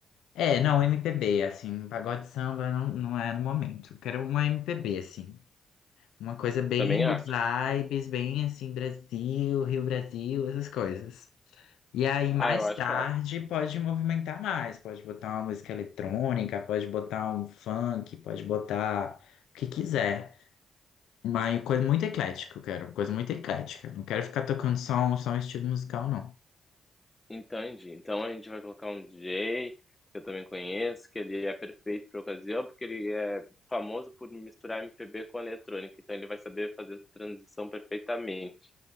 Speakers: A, on the left; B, on the left.
A: É, não, MPB, assim, pagode samba não, não é no momento. Quero uma MPB, assim. Uma coisa bem
B: Também
A: good
B: acho.
A: vibes, bem assim, Brasil, Rio Brasil, essas coisas. E aí, mais
B: Ah, eu acho
A: tarde,
B: ótimo.
A: pode movimentar mais, pode botar uma música eletrônica, pode botar um funk, pode botar o que quiser. Mas coisa muito eclética, eu quero, uma coisa muito eclética. Não quero ficar tocando só um, só um estilo musical, não.
B: entende Então a gente vai colocar um DJ que eu também conheço, que ele é perfeito para ocasião, porque ele é famoso por misturar MPB com eletrônica, então ele vai saber fazer essa transição perfeitamente.